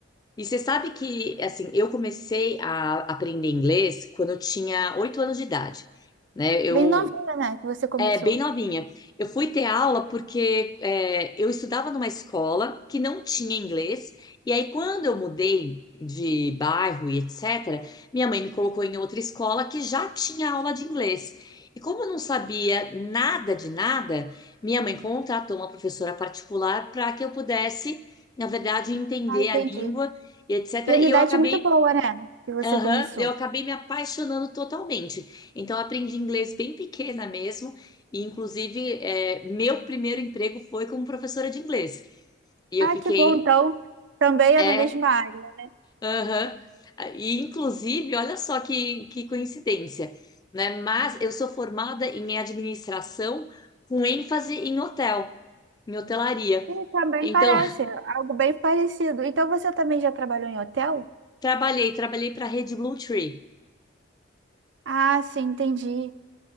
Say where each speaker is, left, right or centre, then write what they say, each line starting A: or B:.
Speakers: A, on the left (about 20°); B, on the right (about 70°).
A: E você sabe que assim, eu comecei a aprender inglês quando eu tinha oito anos de idade, né? Eu
B: Bem novinha, né, que você começou.
A: É, bem novinha. Eu fui ter aula porque é, eu estudava numa escola que não tinha inglês, e aí quando eu mudei de bairro e etc., minha mãe me colocou em outra escola que já tinha aula de inglês. E como eu não sabia nada de nada, minha mãe contratou uma professora particular para que eu pudesse, na verdade, entender
B: Ah, entendi.
A: a língua e etc.
B: E uma
A: E
B: idade
A: eu acabei
B: muito boa, né, que você
A: Aham,
B: começou.
A: eu acabei me apaixonando totalmente. Então, eu aprendi inglês bem pequena mesmo, e inclusive, é, meu primeiro emprego foi como professora de inglês. E eu
B: Ah,
A: fiquei,
B: que bom, então também
A: é,
B: é na mesma área.
A: aham. E inclusive, olha só que, que coincidência, né? Mas eu sou formada em administração com ênfase em hotel, em hotelaria.
B: E também
A: Então,
B: parece,
A: <laughs>
B: algo bem parecido. Então você também já trabalhou em hotel?
A: trabalhei, trabalhei para a Rede Blue Tree,
B: Ah, sim, entendi.